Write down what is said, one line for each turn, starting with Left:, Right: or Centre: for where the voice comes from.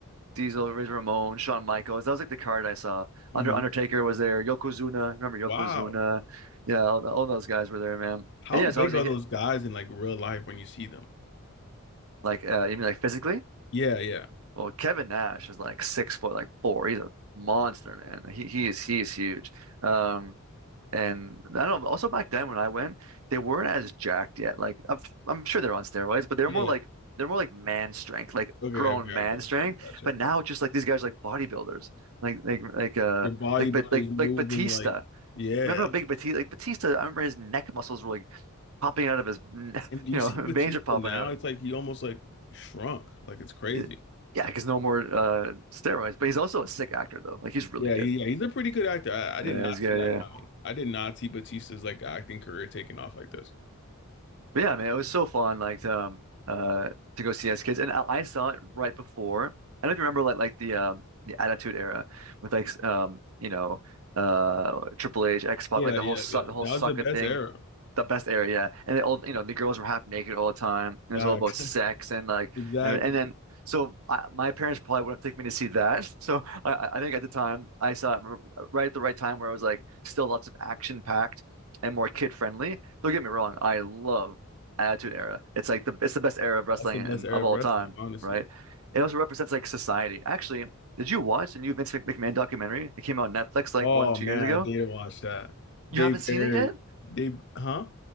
Right: Diesel, Razor Ramon, Shawn Michaels. That was like the card I saw.
Left: hmm
Right: Under Undertaker was there. Yokozuna, remember Yokozuna?
Left: Wow.
Right: Yeah, all, all those guys were there, man.
Left: How
Right: And yeah,
Left: big
Right: so I was he-
Left: are those guys in like real life when you see them?
Right: like, uh, you mean like physically?
Left: Yeah, yeah,
Right: Well, Kevin Nash is like six foot, like four. He's a monster, man. He he is he is huge. Um, And I don't know, also back then when I went, they weren't as jacked yet. Like I'm, I'm sure they're on steroids, but they're
Left: yeah.
Right: more like they're more like man strength, like
Left: Okay,
Right: grown
Left: okay,
Right: man
Left: I gotcha,
Right: strength.
Left: I gotcha,
Right: But
Left: I gotcha.
Right: now it's just like these guys are like bodybuilders. Like like like uh
Left: Your bodybuilders
Right: like but like like
Left: moving
Right: Batista.
Left: like, yeah.
Right: Remember how big Batista like Batista, I remember his neck muscles were like popping out of his n-
Left: And
Right: <laughs>
Left: do
Right: you
Left: you
Right: know,
Left: see
Right: veins
Left: Batista
Right: are popping
Left: now?
Right: out.
Left: It's like he almost like shrunk. Like it's crazy.
Right: It- yeah, because no more uh steroids. But he's also a sick actor though. Like he's really
Left: Yeah,
Right: good.
Left: he, yeah, he's a pretty good actor. I, I did
Right: Yeah,
Left: not
Right: he's good.
Left: see that
Right: Yeah.
Left: coming. I did not see Batista's like acting career taking off like this.
Right: But yeah, man, it was so fun, like to um, uh to go see as kids, and I, I saw it right before. I don't know if you remember, like like the um the Attitude Era with like s- um you know uh Triple H, X-Pac,
Left: Yeah,
Right: like the
Left: yeah,
Right: whole suck
Left: yeah.
Right: the whole
Left: That
Right: sucker
Left: was the best
Right: thing
Left: era.
Right: the best era, yeah. And they all, you know, the girls were half naked all the time. And it
Left: Facts.
Right: was all about sex
Left: <laughs>
Right: and like,
Left: Exactly.
Right: and, and then, so I, my parents probably wouldn't take me to see that. <laughs> So I, I think at the time I saw it r- right at the right time where it was like still lots of action packed and more kid friendly. Don't get me wrong, I love Attitude Era. It's like the it's the best era of wrestling
Left: That's the best
Right: and
Left: era
Right: of
Left: of
Right: all
Left: wrestling,
Right: time,
Left: honestly.
Right: right? It also represents like society. Actually, did you watch the new Vince Mc- McMahon documentary? It came out on Netflix like
Left: Oh
Right: one, two
Left: man,
Right: years ago.
Left: I did watch that. They
Right: You haven't
Left: buried
Right: seen it yet?
Left: they huh?